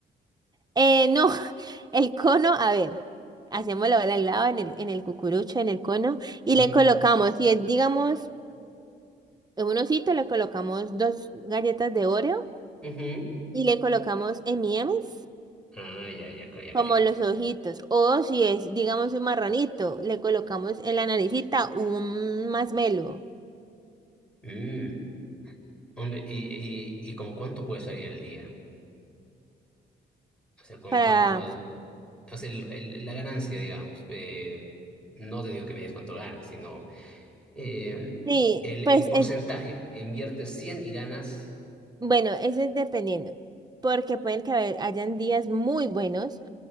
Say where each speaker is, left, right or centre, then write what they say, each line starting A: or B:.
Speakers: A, on the right; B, in the centre.
A: Eh, no, <laughs> el cono, a ver, hacemos la bola al lado en el, en el cucurucho, en el cono, y
B: Ujú.
A: le colocamos, si es, digamos, en un osito, le colocamos dos galletas de Oreo
B: Ujú.
A: y le colocamos M&M's
B: Ah, ya, ya, ca- ya
A: como
B: cae.
A: los ojitos, o si es, digamos, un marranito, le colocamos en la naricita un masmelo
B: Mm, Hombre, ¿y, y, y como cuánto puede salir al día? O sea, como
A: para,
B: cuánto? o sea, el- el- la ganancia, digamos, eh, no te digo que me digas cuánto ganas, sino eh,
A: sí,
B: el, el
A: pues
B: porcentaje.
A: es
B: Inviertes 100 y ganas,
A: Bueno, eso es dependiendo, porque pueden que haber- hayan días muy buenos.